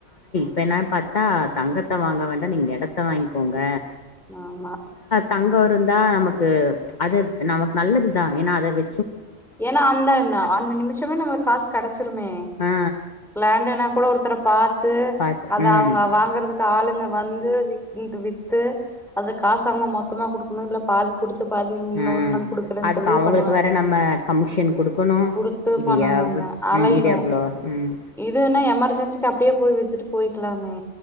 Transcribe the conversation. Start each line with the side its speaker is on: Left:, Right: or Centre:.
Left: இப்போ என்ன பாத்தா தங்கத்த வாங்க வேண்டா நீங்க எடத்த வாக்கோங்க
Centre: ஆமா
Left: தங்க இருந்தா நமக்கு அது நமக்கு நல்லது தா ஏனா அத வ
Centre: ஏன்னா அந்த நா அந்த நிமிஷமே நம்ளுக்கு காசு கெடச்சிருமே
Left: ஆ
Centre: லேண்டுன இப்போ கூட ஒருதர பா பாத்து
Left: பாத்து
Centre: அத
Left: ம்
Centre: அவங்க வாங்கற காளுங்க வந்து வி <unintelligible> வித்து அந்த காசு அவங்க மொத்தமா கொடுகுனோ இல்ல பாதி குடு பாதி இ இன்னொரு
Left: ம்
Centre: நாள் கொடுக்குறேனு
Left: அதுக்கு
Centre: சொல்லி
Left: அவங்களுக்கு
Centre: பண்ணுவாங்க
Left: வேற நம்ம கமிஷன் குடுக்கணு
Centre: கொடுத்து
Left: இது
Centre: பண்ணணுங்க
Left: எவ்
Centre: அலையணு
Left: ம் இது எவ்ளோ ம்
Centre: இதுன்னா எமர்ஜென்சிக்கு அப்டியே போய் வித்துட்டு போய்கலாமே